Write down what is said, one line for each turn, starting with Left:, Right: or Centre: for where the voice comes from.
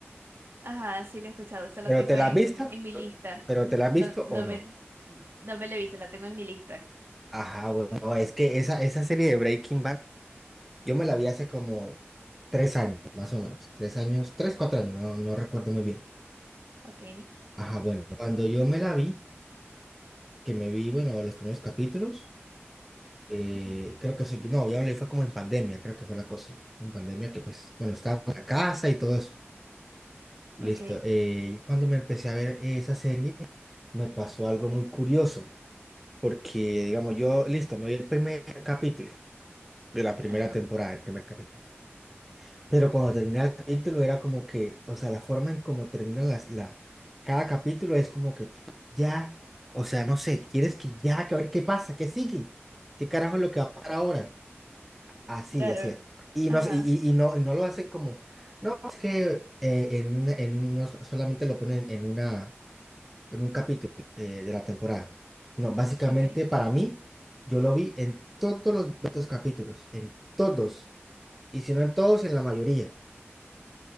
Right: Ajá, sí la he escuchado. Esa la
Centre: ¿Pero
Right: tengo
Centre: te la
Right: en,
Centre: has visto?
Right: en mi lista.
Centre: ¿Pero te la has
Right: No,
Centre: visto
Right: no
Centre: o no?
Right: me, la- no me la he visto, la tengo en mi lista.
Centre: Ajá, bueno, es que esa, esa serie de Breaking Bad, yo me la vi hace como tres años, más o menos. Tres años, tres, cuatro
Right: O-
Centre: años, no, no recuerdo muy bien.
Right: Ok.
Centre: Ajá, bueno, cuando yo me la vi, que me vi, bueno, los primeros capítulos, eh,
Right: Ujú.
Centre: creo que sí, no, ya me la vi fue como en pandemia, creo que fue la cosa. En pandemia que pues, bueno, estaba en la casa y todo eso. Listo.
Right: Ok.
Centre: eh, cuando me empecé a ver esa serie, me pasó algo muy curioso, porque, digamos, yo, listo, me vi el primer capítulo de la primera
Right: Ajá.
Centre: temporada, el primer capítulo. Pero cuando termina el capítulo era como que, o sea, la forma en cómo termina las, la, cada capítulo es como que tú ya, o sea, no sé, quieres que ya, que a ver qué pasa, qué sigue, qué carajo es lo que va a pasar ahora. Así,
Right: Claro.
Centre: así. Y
Right: Ajá.
Centre: no, y, y- y no, y no lo hacen como, no, es que eh, en una- en uno solamente lo ponen en una en un capítulo eh, de la temporada. No, básicamente
Right: Ok.
Centre: para mí, yo lo vi en todos los 200 capítulos, en todos, y si no en todos, en la mayoría.